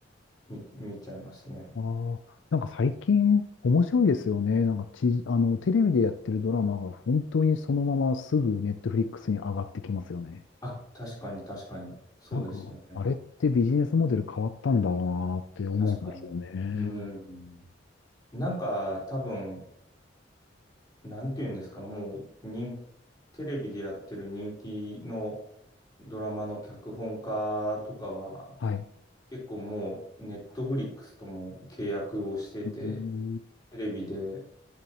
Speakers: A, on the left; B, on the left.
A: 見、見ちゃいますね。
B: ああ、なんか最近面白いですよね。
A: うん、
B: なんかち、あの、テレビでやってるドラマが本当にそのまますぐネットフリックスに上がってきますよね。
A: あ、確かに確かに。そうですよね。
B: なんか、あれってビジネスモデル変わったんだろうなって思うんですよね。
A: 確かに。うん。なんか多分、なんていうんですか、もう人、テレビでやってる人気のドラマの脚本家とかは、
B: はい。
A: 結構もう、ネットフリックスとも契約をしてて、
B: うん
A: テレビで